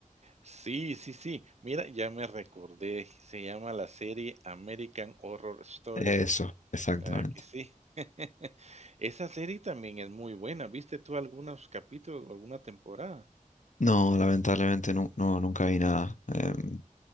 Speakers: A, on the right (about 55°); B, on the left (about 65°).
A: Sí, sí, sí. Mira, ya me recordé, se llama la serie American Horror Story.
B: Eso, exactamente.
A: Ah, que sí. <laughs> Esa serie también es muy buena. ¿Viste tú algunos capítulos o alguna temporada?
B: No, lamentablemente no, no, nunca vi nada. Em,